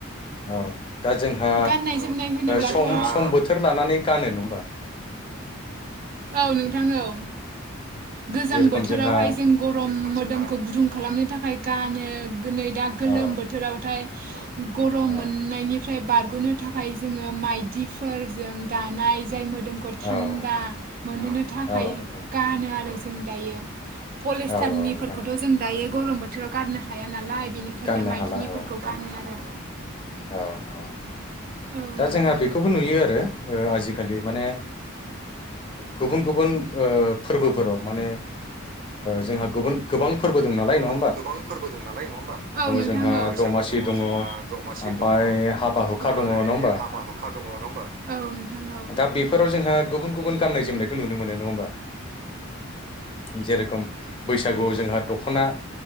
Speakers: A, on the left; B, on the right.
A: औ दा जोंहा
B: गाननाय जोमनाय होनोब्लाथ'
A: सम
B: औ
A: समबोथोर बेखोर लानानै गानो नं आ होबा?
B: औ नोंथां औ! गोजां
A: जेरेखम
B: बोथोरावहाय
A: जोंहा
B: जों गरम मोदोमखौ गुदुं खालामनो थाखाय गानो दिनै दा गोलोम
A: औ
B: बोथोरावथाय गरम
A: औ
B: मोननायनिफ्राय बार गग'नो थाखाय जोङो माइदिफोरजों दानाय जाय मोदोमखौ थान्दा
A: औ
B: मोननो थाखाय
A: औ नोंथां
B: गानो आरो जों दायो। पलिस्टारनिफोरखौथ'
A: औ औ नोंथां
B: जों दायो गरम बोथोराव गारनो हाया नालाय बेनिखायनो
A: गाननो
B: माइदिनिफोरखौ
A: हाला औ
B: गानो। आरो
A: औ औ।
B: औ
A: दा
B: नोंथां
A: जोंहा बेखौबो नुयो आरो आजिखालि माने गुबुन गुबुन फोरबोफोराव माने जोंहा गुबुन गोबां फोरबो दं नालाय नङ
B: गोबां फोरबो दं नालाय नङा होनबी? औ नोंथाङ
A: जोंहा
B: बैसागु
A: दमासि
B: दङ जोंहा
A: ओमफ्राय
B: दमा
A: हाबा
B: मफ्राय
A: हुखा दङ नङा होमबा
B: हाबा हुखा दङ नङा हबा औ नोंथां औ।
A: दा बेफोराव जोंहा गुबुन गुबुन गान्नाय जोमनायखौ नुनो मोनो नङा होमबा। जेरेखम बैसागुआव जोंहा दख'ना